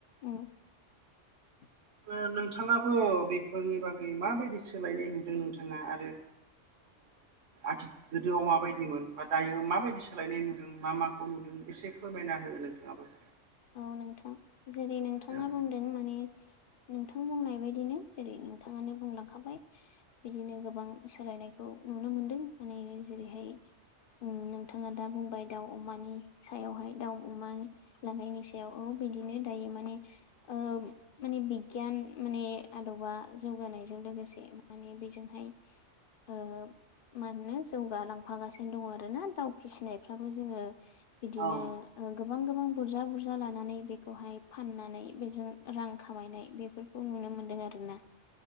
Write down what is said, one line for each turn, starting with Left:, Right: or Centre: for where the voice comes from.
Left: <inaudible>
Right: ओ नोंथाङाबो बेफोरनि बागै माबायदि सोलायनाय नुदों नोंथाङा आरो आथि गोदोआव माबायदिमोन बा दायो माबायदि सोलायनाय नुदों मा माखौ नुदों एसे फोरमायना हो नोंथाङाबो।
Left: औ नोंथां जेरै नोंथाङा
Right: औ
Left: बुंदों माने नोंथां बुंनाय बायदिनो जेरै नोंथाङानो बुंलांखाबाय बिदिनो गोबां सोलायनायखौ नुनो मोनदों माने जेरैहाय नोंथाङा दा बुंबाय दाउ अमानि सायावहाय दाउ अमानि लानायनि सायाव औ बिदिनो दायो माने ओ माने बिगियान माने आदबा जौगानायजों लोगोसे माने बेजोंहाय ओ मानोना जौगालांफागासिनो दङ आरोना दाउ फिसिनायफ्राबो जोङो बिदिनो
Right: औ
Left: ओ गोबां गोबां बुरजा बुर जा लानानै बेखौहाय फाननानै बेजों रां खामायनाय बेफोरखौ नुनो मोन्दों आरोना।